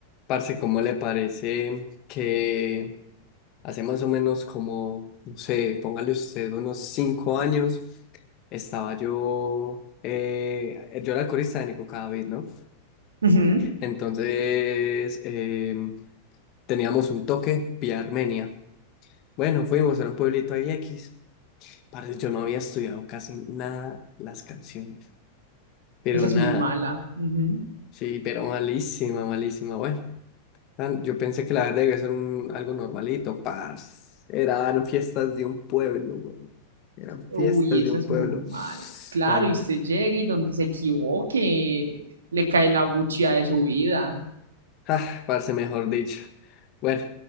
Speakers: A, on the left; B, on the right.
A: Parce, ¿cómo le parece que hace más o menos como, no sé, póngale usted unos cinco años, estaba yo, eh, yo era el corista de Nico Cadavid, ¿no?
B: Ujú,
A: Entonces, em, teníamos un toque vía Armenia. Bueno, fuimos a un pueblito ahí X. Parce, yo no había estudiado casi nada las canciones, pero
B: Esa es
A: nada,
B: muy mala. ujú.
A: sí, pero malísima, malísima, bueno. Ah, Yo pensé que la verdad iba a ser un, algo normalito, parce. Eran fiestas de un pueblo, weón. Eran
B: Uy,
A: fiestas
B: esa
A: de un
B: es
A: pueblo.
B: muy mala. Claro,
A: Pan-
B: y usted llega y donde se equivoque, le cae la buchía de su vida.
A: ah, parce, mejor dicho. Bueno,